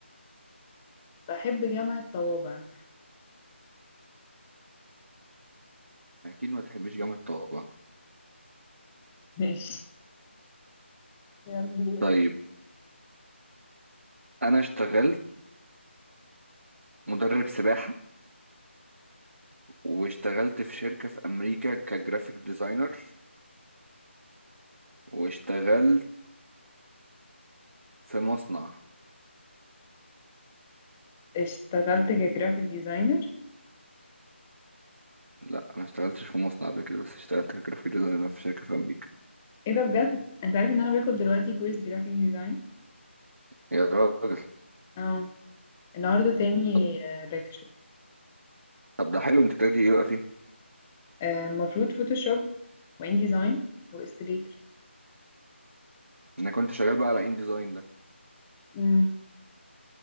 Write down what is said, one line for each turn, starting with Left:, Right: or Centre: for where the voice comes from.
Centre: بحب جامعة طوابع
Right: أكيد ما تحبش جامعة طه
Centre: ماشي يلا.
Right: طيب أنا اشتغلت مدرب سباحة واشتغلت في شركة في أمريكا كجرافيك ديزاينر واشتغلت في مصنع
Centre: اشتغلت كجرافيك ديزاينر
Right: لا انا اشتغلتش في مصنع قبل كده بس اشتغلت كجرافيك ديزاينر في شركة في امريكا
Centre: ايه ده بجد انت عارف ان انا باخد دلوقتي كورس جرافيك ديزاين
Right: يا راجل
Centre: اه النهارده تاني
Right: طب
Centre: ليكتشر
Right: طب ده حلو انت بتبتدي ايه بقى فيه
Centre: المفروض فوتوشوب وان ديزاين واستليتر
Right: انا كنت شغال بقى على ان ديزاين ده
Centre: امم